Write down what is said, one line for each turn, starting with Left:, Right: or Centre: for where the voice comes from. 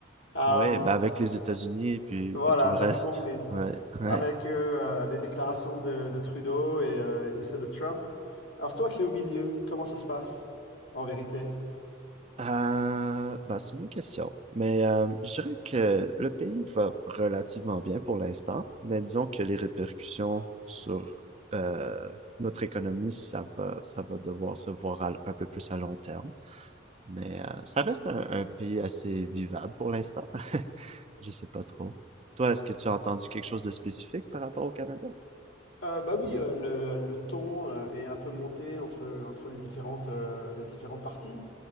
Left: Euh,
Right: Ouais, ben avec les États-Unis puis
Left: Voilà,
Right: puis tout le
Left: t'as
Right: reste.
Left: tout compris.
Right: Ouais, ouais.
Left: Avec euh, euh, les déclarations de, de Trudeau et, euh, et ceux de Trump. Alors toi qui es au milieu, comment ça se passe en vérité?
Right: Euh, bah, c'est une bonne question. Mais euh, je dirais que le pays va relativement bien pour l'instant, mais disons que les répercussions sur euh, notre économie, ça va, ça va devoir se voir à- un peu plus à long terme. Mais euh, ça reste un, un pays assez vivable pour l'instant. <laughs> Je sais pas trop. Toi, est-ce que tu as entendu quelque chose de spécifique par rapport au Canada?
Left: Euh, bah oui, euh, le, le ton euh, est un peu monté entre, entre les différentes, euh, les différentes parties.